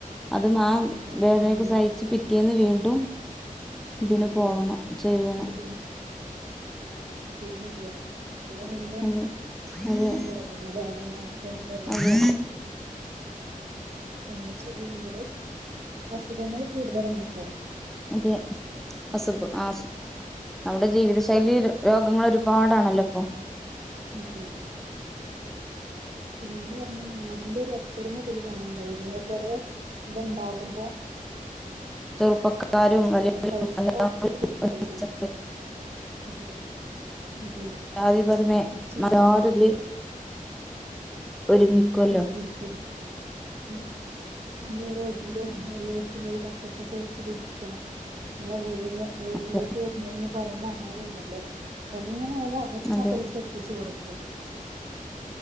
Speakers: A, in the centre; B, on the right (about 45°).
A: അതും
B: ക്ഷീണന്മാരൊക്കെ
A: ആ വേദനൊക്കെ
B: ഉണ്ടാവില്ലേ
A: സഹിച്ച് പി റ്റേന്ന് വീണ്ടും
B: ചെയ്യുമ്പോഴ്
A: ഇതിന് പോകണം ചെയ്യണം
B: ഇതിന് ഇല്ല്യാ അയിന്റെ മുന്നേ
A: അതെ അതെ
B: ഇതിനും പോകണം ലെ രണ്ടാമെത്തേനും പോകണം
A: അതെ
B: എന്താ ചെയ്യാ നമ്മുട് അസുഖങ്ങൾ കൂടുതലണ ഇപ്പോ
A: അതെ അസു ബം അസുഖം ഔടെ ജീവിത ശൈലീ രോഗങ്ങൾ ഒരുപാടാണല്ലോ പ്പം
B: അതെ പിന്നെന്ന് പറഞ്ഞാൽ നാടിന്റെ ഒരു ഒത്തൊരുമ അതിൽ കാണാൻ കഴിയും കൊറേ ഇത്ണ്ടാകും
A: ചെറുപ്പക്കാരുംവലിയവരും
B: പൈസ
A: എല്ലാരും
B: കൊടുക്കുമല്ലോ
A: ഒരുമിച്ചു
B: അതെ അതെ
A: ജാതിപതിമേ
B: ചെറുപ്പം
A: മല്ലാരും ഇതില് ഒരുമിക്കൊല്ലോ
B: പങ്കെടുക്കും പിന്നെ നമ്മള് റോട്ടില് വല്ലോടുത്തും പോയി ബക്കറ്റ് ഒക്കെ വെച്ച് പിരിക്കണം പിന്നെ വീട്ടിലേക്ക്
A: അതെ
B: വർനേനും പൊറമേ അങ്ങനെയുണ്ടല്ലോ എങ്ങനെയാലും അവർക്ക്
A: അതെ
B: ആ പൈസ എത്തിച്ചു കൊടുക്കും